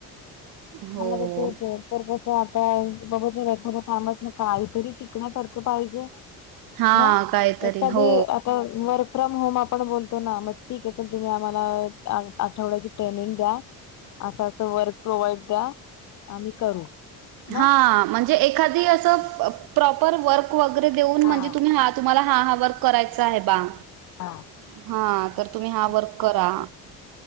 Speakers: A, on the right; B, on the left.
A: हो
B: मग तेच ये. तर कसं आता बाबा एखाद कामात न काहीतरी शिकण्यासारखं पाहिजे.
A: हा
B: मग
A: काहीतरी
B: एखादी
A: हो
B: आता. वर्क फ्रॉम होम आपण बोलतो ना. मग ठीक आहेे तुम्ही आम्हाला आठवड्याची ट्रेनिंग द्या. असं असं वर्क प्रोव्हाइड द्या आम्ही करू.
A: हा
B: ना
A: म्हणजे एखादी अस प्रोपर वर्क वगैरे देऊन
B: हा
A: म्हणजे तुम्ही हात. तुम्हाला हा हा वर्क करायचा आहे बा.
B: हा.
A: हा तर तुम्ही हा
B: असं
A: वर्क करा.
B: काहीतरी